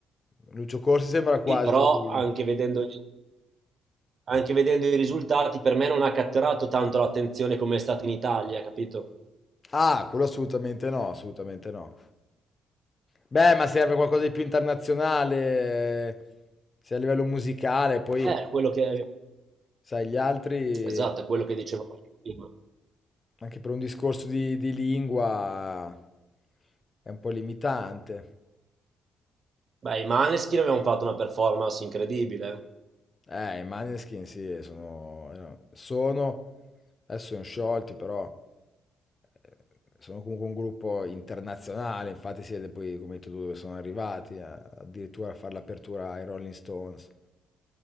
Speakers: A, on the left; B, on the right.
A: Lucio Corsi sembra quasi...
B: Sì, però anche vedendo, anche vedendo i risultati, per me non ha catturato tanto l'attenzione come è stato in Italia, capito?
A: Ah, quello assolutamente no, assolutamente no. Beh, ma serve qualcosa di più internazionale, eh, sia a livello musicale, poi,
B: Eh, quello che,
A: sai, gli altri,
B: esatto, è quello che dicevo prima.
A: anche per un discorso di, di lingua, è un po' limitante.
B: Beh, i Maneskin avevano fatto una performance incredibile.
A: Eh, i Maneskin sì, sono, erano- sono- adesso sono sciolti, però eh, sono comunque un gruppo internazionale, infatti siete poi, come hai detto tu, dove sono arrivati, a- addirittura a fare l'apertura ai Rolling Stones.